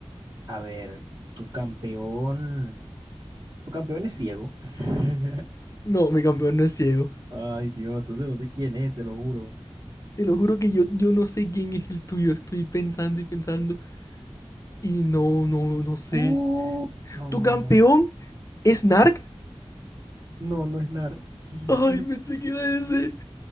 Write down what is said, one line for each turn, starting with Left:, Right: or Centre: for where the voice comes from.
Right: A ver, tu campeón, tu campeón es ciego. <laughs>
Left: No, mi campeón no es ciego.
Right: Ay, Dios, entonces no sé quién es, te lo juro.
Left: Te lo juro que yo, yo no sé quién es el tuyo. Estoy pensando y pensando y no, no, no sé.
Right: Oh, no,
Left: ¿Tu
Right: no,
Left: campeón
Right: no.
Left: es Narc?
Right: No, no es NAR. <laughs>
Left: Ay, pensé que era ese.